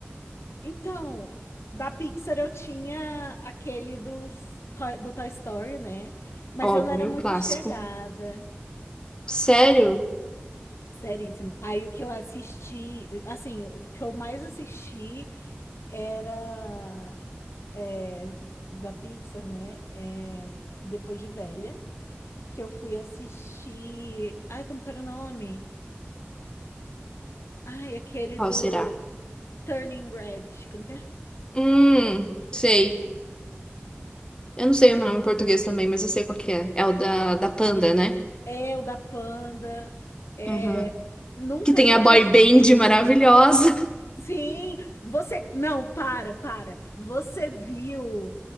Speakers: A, on the left; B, on the left.
A: Então, da Pixar eu tinha aquele dos, Toy- do Toy Story, né? Mas
B: Óbvio,
A: eu não era muito
B: clássico.
A: chegada.
B: Sério?
A: Seríssimo. Aí o que eu assisti, assim, o que eu mais assisti era é, da Pixar, né? É, depois de velha, que eu fui assistir. Ai, como que era o nome? Ai, aquele
B: Qual
A: do
B: será?
A: Turning Red. Como que é?
B: Hum, sei. Eu não sei o nome em português também, mas eu sei qual que é. É o da, da Panda, né?
A: É, o da Panda. É,
B: Uhum.
A: nunca
B: Que tem
A: fui.
B: a boy band maravilhosa. <laughs>
A: Sim, você. Não, para, para. Você viu.